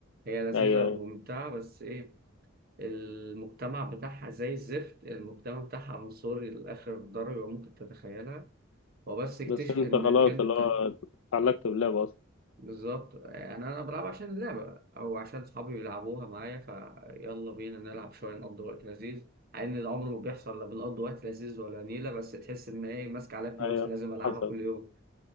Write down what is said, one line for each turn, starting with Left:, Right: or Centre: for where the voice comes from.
Right: هي لذيذة
Left: ايوه ايوه
Right: وممتعة بس إيه المجتمع بتاعها زي الزفت المجتمع بتاعها عنصري لآخر درجة ممكن تتخيلها هو بس اكتشف
Left: بس انت
Right: انك
Left: خلاص
Right: انت
Left: اللي هو اتعلقت باللعبة اصلا
Right: بالظبط يعني انا بلعب عشان اللعبة او عشان صحابي بيلعبوها معايا فيلا بينا نلعب شوية نقضي وقت لذيذ مع ان العمر ما بيحصل لا بنقضي وقت لذيذ ولا نيلة بس تحس ان ايه ماسك عليها فلوس
Left: ايوه
Right: لازم العبها
Left: حصل
Right: كل يوم